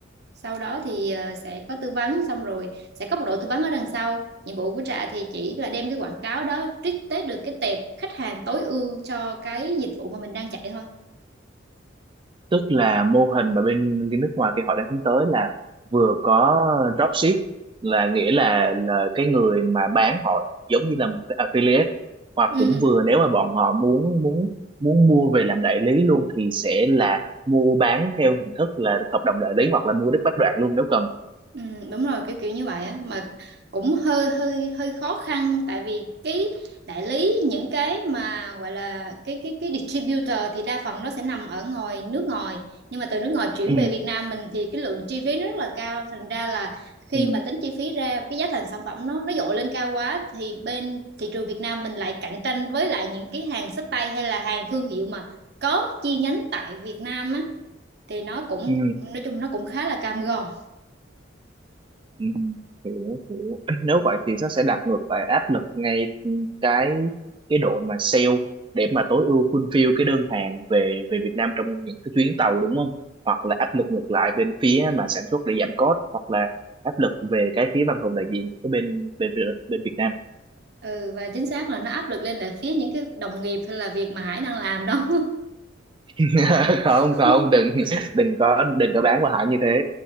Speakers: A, on the right; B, on the right.
A: sau đó thì ờ, sẽ có tư vấn xong rồi sẽ có một đội tư vấn ở đằng sau nhiệm vụ của Trà thì chỉ là đem cái quảng cáo đó trích tới được cái tệp khách hàng tối ưu cho cái dịch vụ mà mình đang chạy thôi
B: tức là mô hình mà bên cái nước ngoài kia họ đang hướng tới là vừa có dropship là nghĩa là là cái người mà bán họ giống như là một cái affiliate hoặc
A: ừ.
B: cũng
A: ừ.
B: vừa nếu mà bọn họ muốn muốn muốn mua về làm đại lý luôn thì sẽ là mua bán theo hình thức là hợp đồng đại lý hoặc là mua đứt bách đoạn luôn nếu cần
A: Ừ, đúng rồi kiểu kiểu như vậy á mà cũng hơi hơi hơi khó khăn tại vì cái đại lý những cái mà gọi là cái cái cái distributor thì đa phần nó sẽ nằm ở ngoài nước ngoài nhưng mà từ nước ngoài chuyển
B: ừ
A: về Việt Nam mình thì cái lượng chi phí nó rất là cao thành ra là khi
B: ừ
A: mà tính chi phí ra cái giá thành sản phẩm nó nó dội lên cao quá thì bên thị trường Việt Nam mình lại cạnh tranh với lại những cái hàng xách tay hay là hàng thương hiệu mà có chi nhánh tại Việt Nam á thì nó cũng
B: ừ
A: nói chung nó cũng khá là cam go
B: Ừ, hiểu hiểu <clears throat> nếu vậy thì nó sẽ đặt ngược lại áp lực ngay cái cái đội mà sale để mà tối ưu fulfill cái đơn hàng về về Việt Nam trong những cái chuyến tàu đúng không hoặc là áp lực ngược lại bên phía mà sản xuất để giảm cost hoặc là áp lực về cái phía văn phòng đại diện cái bên bên bên Việt Nam
A: ừ và chính xác là nó áp lực lên là phía những cái đồng nghiệp hay là việc mà Hải đang làm đó
B: <laughs> không
A: <laughs>
B: không đừng đừng có đừng có bán qua hãng như thế